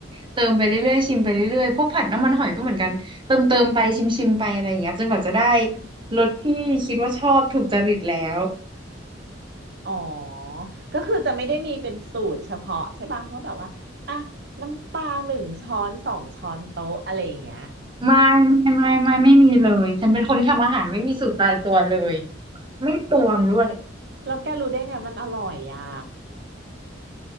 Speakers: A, on the right; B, on the right.
A: เติมไปเรื่อยๆชิมไปเรื่อยๆพวกผัดน้ำมันหอยก็เหมือนกันเติมเติมไปชิมชิมไปอะไรอย่างเงี้ยจนกว่าจะได้รสที่คิดว่าชอบถูกจริตแล้ว
B: อ๋อ ก็คือจะไม่ได้มีเป็นสูตรเฉพาะใช่ป่ะว่าแบบว่า อ่ะ น้ำปลาหนึ่งช้อนสองช้อนโต๊ะอะไรอย่างเงี้ย
A: ไม่ไม่ไม่ไม่ไม่มีเลยฉันเป็นคนที่ทำอาหารไม่มีสูตรตายตัวเลยไม่ตวงด้วย
B: แล้วแล้วแกรู้ได้ไงมันอร่อยอ่ะ